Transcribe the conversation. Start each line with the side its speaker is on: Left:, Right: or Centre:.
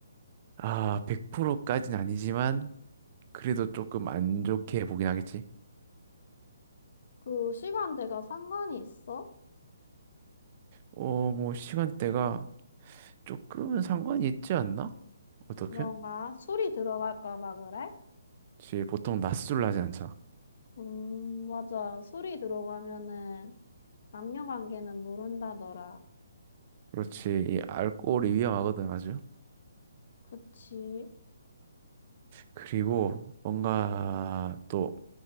Right: 아, 100%까진 아니지만, 그래도 조금 안 좋게 보긴 하겠지.
Left: 그 시간대가 상관이 있어?
Right: 어, 뭐, 시간대가 조금은 상관이 있지 않나? 어떻게?
Left: 그런가? 술이 들어갈까 봐 그래?
Right: 그치, 보통 낮술을 하지 않잖아.
Left: 음, 맞아. 술이 들어가면은 남녀 관계는 모른다더라.
Right: 그렇지, 이 알코올이 위험하거든, 아주.
Left: 그치?
Right: 그리고 뭔가 또